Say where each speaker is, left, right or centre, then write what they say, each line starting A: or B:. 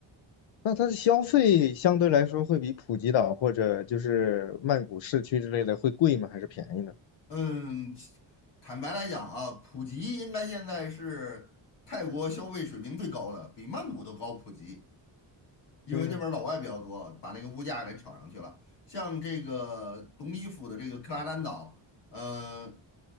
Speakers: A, on the left; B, on the left.
A: 那它的消费相对来说会比普吉岛或者就是曼谷市区之类的会贵吗？还是便宜呢？
B: 嗯，坦白来讲啊，普吉应该现在是泰国消费水平最高的，比曼谷都高普及，因为那边儿老外比较多，
A: 嗯
B: 把那个物价给炒上去了。像这个东里府的这个克拉丹岛，呃，